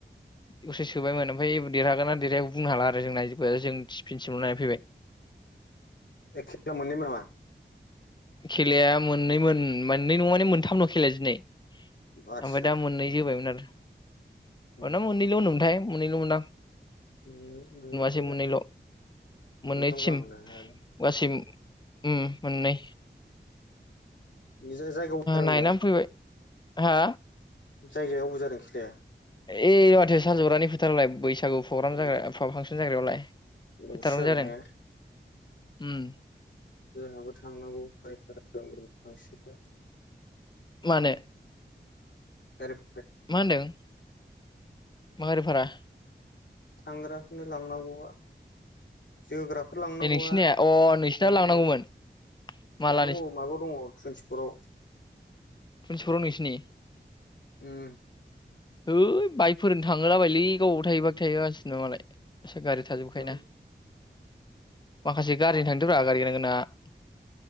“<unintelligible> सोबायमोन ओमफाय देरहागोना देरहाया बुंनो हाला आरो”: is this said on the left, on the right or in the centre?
Left